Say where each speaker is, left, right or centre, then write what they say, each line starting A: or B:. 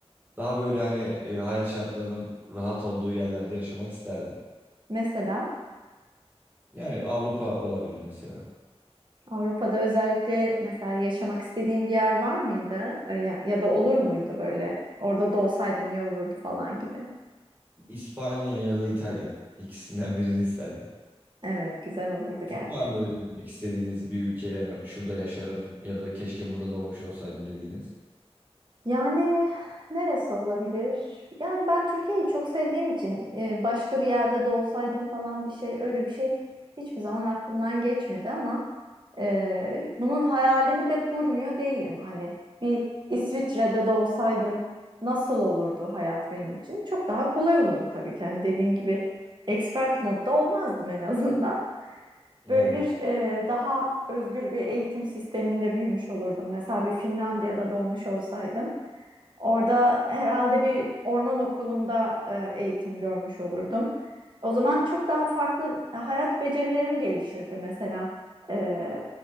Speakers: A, on the right; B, on the right.
A: Daha böyle hani e, hayat şartlarının rahat olduğu yerlerde yaşamak isterdim.
B: Mesela
A: Yani Avrupa olabilir mesela.
B: Avrupa'da özellikle mesela yaşamak istediğin bir yer var mıydı? Ee, Ya, ya da olur muydu böyle? Orada doğsaydım iyi olurdu falan gibi.
A: İspanya ya da İtalya. İkisinden birini isterdim.
B: Evet, güzel olurdu
A: Var mı öyle gitmek istediğiniz bir ülke yani şurada yaşarım ya da keşke burada doğmuş olsaydım dediğiniz?
B: Yani neresi olabilir? Yani ben Türkiye'yi çok sevdiğim için e, başka bir yerde doğsaydım falan bir şey öyle bir şey hiçbir zaman aklımdan geçmedi ama e, bunun hayalini de kurmuyor değilim. Hani bir İsviçre'de doğsaydım nasıl olurdu hayat benim için? Çok daha kolay olurdu tabii ki. Hani dediğin gibi expert modda olmazdım en azından.
A: Aynen.
B: Böyle bir e, daha özgür bir eğitim sisteminde büyümüş olurdum. Mesela bir Finlandiya'da doğmuş olsaydım. Orada herhalde bir orman okulunda e, eğitim görmüş olurdum. O zaman çok daha farklı e, hayat becerilerim gelişirdi mesela. E,